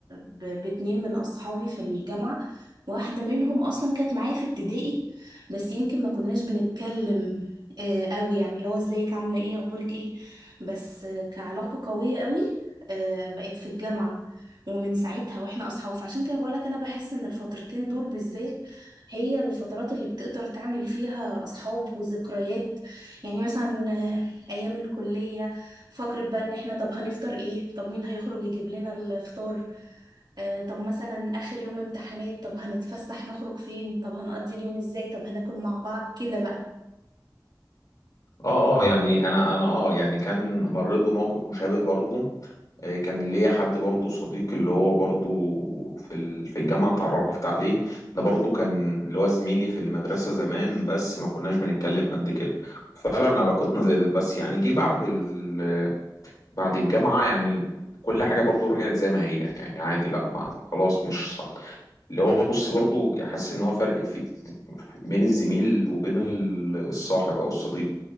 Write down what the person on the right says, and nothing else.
ب... باتنين من اصحابي في الجامعة واحدة منهم اصلا كانت معايا في ابتدائي بس يمكن ما كناش بنتكلم آه قوي يعني اللي هو ازيك عاملة ايه اخبارك ايه بس آه كعلاقة قوية قوي آه بقيت في الجامعة ومن ساعتها واحنا اصحاب فعشان كده بقولك انا بحس ان الفترتين دول بالذات هي الفترات اللي بتقدر تعمل فيها اصحاب وذكريات يعني مثلا آه، ايام الكلية فقرة بقى ان احنا طب هنفطر ايه طب مين هيخرج يجيب لنا الفطار آه طب مثلا اخر يوم امتحانات طب هنتفسح نخرج فين طب هنقضي اليوم ازاي طب هناكل مع بعض كده بقى